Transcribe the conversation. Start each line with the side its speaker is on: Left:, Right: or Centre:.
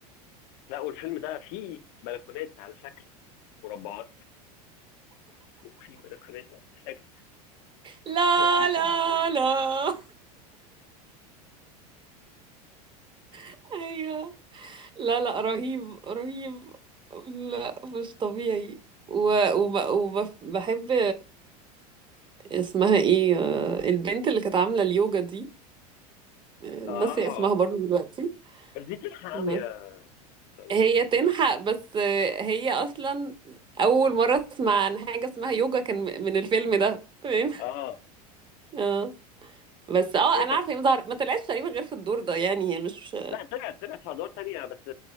Left: لا والفيلم ده فيه بلكونات على شكل مربعات وفيه بلكونات على شكل
Right: لا
Left: مثلثات
Right: لا لا <laughs> ايوه لا لا رهيب رهيب لا مش طبيعي و... وب... وبحب اسمها ايه آه، البنت اللي كانت عاملة اليوجا دي آه،
Left: اه
Right: ناسية اسمها برضه دلوقتي
Left: بس دي تلحق
Right: بس
Left: قوي يا فندم.
Right: هي تنحق بس آه، هي اصلا اول مرة اسمع عن حاجة اسمها يوجا كان م- من الفيلم ده فاهم
Left: اه
Right: <laughs> اه بس اه
Left: هي
Right: انا
Left: كانت
Right: عارفة هي مظهر- ما طلعتش تقريبا غير في الدور ده يعني هي مش
Left: لا طلعت طلعت في ادوار تانية بس